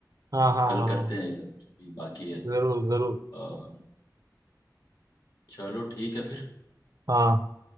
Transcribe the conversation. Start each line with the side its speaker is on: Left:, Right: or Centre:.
Right: हाँ हाँ
Left: कल
Right: हाँ हाँ,
Left: करते
Right: हाँ,
Left: हैं ये सब जो भी बाकी है
Right: जरूर जरूर
Left: अ, चलो ठीक है फिर
Right: हाँ